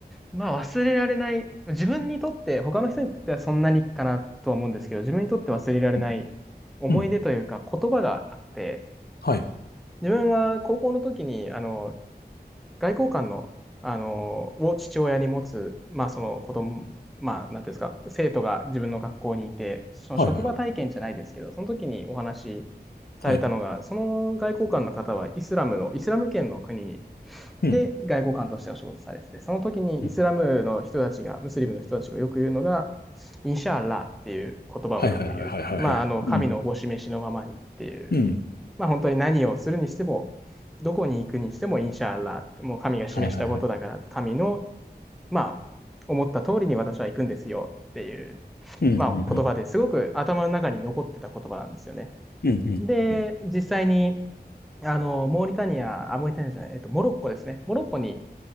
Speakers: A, in the centre; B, on the left (about 65°).
A: まあ忘れられない、自分にとって、他の人にとってはそんなにかなとは思うんですけど、自分にとって忘れられない思い出というか言葉があって、
B: うんうん。はい。
A: 自分は高校の時にあの外交官の、あのを父親に持つ、まあ、その子供、まあ、なんていうんですか、生徒が自分の学校にいて、その職場体験じゃないですけど、
B: はいはいはい。
A: その時にお話しされたのが、
B: はい。
A: その外交官の方はイスラムの、イスラム圏の国
B: うん。
A: で外交官としてお仕事されてて、その時にイスラムの人たちが、
B: うん
A: ムスリムの人たちがよく言うのが、インシャーラーっていう言葉をよく言う。
B: はいはいはいはいはいはい。
A: まあ、あの、神のおぼし召しのままにっていう。
B: うん。うん。
A: まあ、本当に何をするにしても、どこに行くにしてもインシャアラー、もう神が示したことだから、
B: はいはいはい。
A: 神の、まあ、思った通りに私は行くんですよっていう、
B: うん。
A: まあ、
B: うん。
A: 言葉ですごく頭の中に残ってた言葉なんですよね。
B: うん。うん。
A: で、
B: うん。
A: 実際に、あの、モーリタニア、あ、モーリタニアじゃない、えっと、モロッコですね。モロッコに